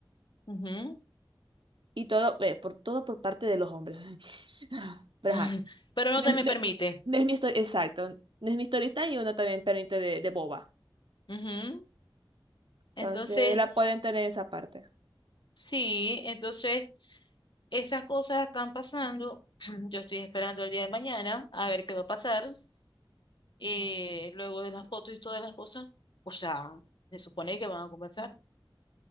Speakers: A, on the left (about 60°); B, on the right (about 70°).
A: Ujú.
B: Y todo, eh, por, todo por parte de los hombres. <laughs> Pero
A: <laughs>
B: ajá,
A: Pero no
B: no,
A: te
B: es
A: me
B: no
A: permite.
B: no es mi historia, exacto, no es mi story time y uno también permite de, de boba.
A: Ujú. Entonces,
B: Entonces la pueden tener esa parte.
A: sí, entonces esas cosas están pasando. <clears throat> Yo estoy esperando el día de mañana a ver qué va a pasar. eh, luego de las fotos y todas las cosas, o sea, se supone que van a conversar,